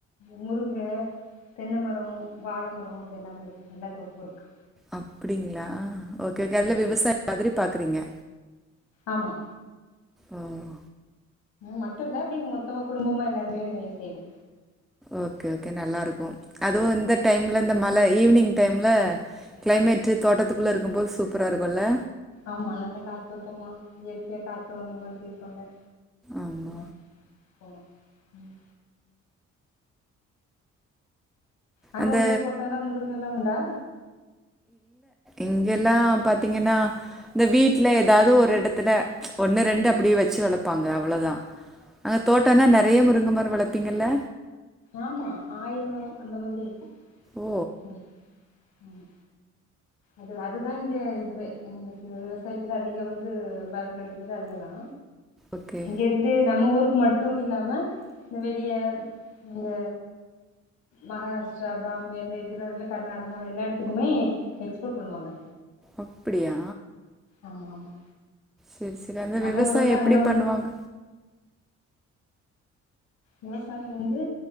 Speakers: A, on the left; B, in the centre.
A: முருங்க தென்ன மரம் வாழ மரம் இது எல்லாமே இருக்கும் எல்லாத்தோப்பும் இருக்கு
B: அப்டிங்களா ஓகேஓகே நல்ல
A: ஆ
B: விவசாயம் மாதிரி பா இருக்குறீங்க
A: ஆமா
B: ம்
A: மட்டு இல்ல அப்டி மொத்தமா குடும்பமா எல்லாருமே செய்வோ
B: ஓகே ஓகே நல்லாயிருக்கும் அதுவும் இந்த டைம்ல இந்த மழை ஈவினிங் டைம்ல கிளைமேட்டு தோட்டத்துக்குள்ள இருக்கும் போது சூப்பரா இருக்கும்ல்ல
A: ஆமா நல்ல காத்தோட்டமா இயற்கையா காத்து வாங்கற மாதிரி கொல்ல
B: ஆமா.
A: ம் போன ம் அங்க
B: அந்த
A: உங்க பக்கம் எல்லாம் முருங்க எல்லாம் உண்டா
B: இங்கேல்லாம் பாத்தீங்கன்னா இந்த வீட்டில் ஏதாவது ஒரு இடத்துல ஒன்னு ரெண்டுஅப்படியே வச்சு வளப்பாங்க அவ்வளோதா அங்க தோட்டம்னா நறைய முருங்கைமரம் வளப்பிங்கள்ல
A: ஆமா ஆயிரம் அந்த மாதிரி இருக்கும்
B: ஓ!
A: உம் உம் இது அதுதா இங்க இதுவே எங்களுக்கு விவசாயத்துல அதிகம் வந்து பலன் கிடைக்கிறது அதுலதா
B: ஓகே.
A: இங்க இருந்தே நம்ம ஊருக்கு மட்டும்னு இல்லாம வெளிய இந்த மகாராஷ்டிரா பாம்பே இந்த எதிராக்குல கர்நாடகா எல்லா இடத்துக்குமே எக்ஸ்போர்ட் பண்ணுவாங்க
B: அப்டியா
A: ஆமா ஆமா
B: சரி சரி அந்த
A: நம்ம
B: விவசாயம்
A: ஊர விட
B: எப்டி
A: அங்க
B: பண்ணுவாங்க
A: வந்து விவசாயம் வந்து